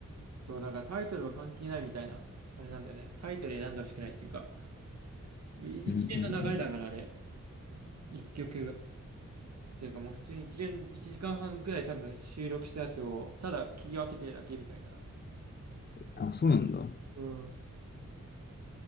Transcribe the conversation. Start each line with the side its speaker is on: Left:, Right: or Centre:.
Right: そう、なんかタイトルは関係ないみたいな、あれなんだよね。タイトル選んでほしくないっていうか、い一連の流れだから、
Left: うんうん
Right: あれ、一曲。っていうかもう普通に一連、一時間半くらい多分収録したやつを、ただ切り分けてるだけみたいな。
Left: うん。あ、そうなんだ。う
Right: うん。